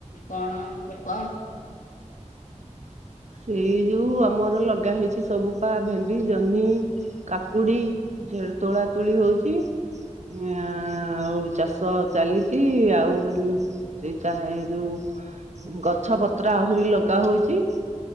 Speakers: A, on the left; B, on the right.
A: କଣ ତୁ କହ।
B: ସେଇ ଯୋଉ ଆମର ଲଗା ହେଇଚି ସବୁ ପା ଭେଣ୍ଡି ଜହ୍ନି କାକୁଡି ସେ ତୋଳା ତୁଳି ହଉଚି ଆ ଆଉ ଚାଷ ଚାଲିଚି ଆଉ ସେ ଚା ଏ ଯୋଉ ଗଛ ପତ୍ର ଆହୁରି ଲଗାହଉଚି।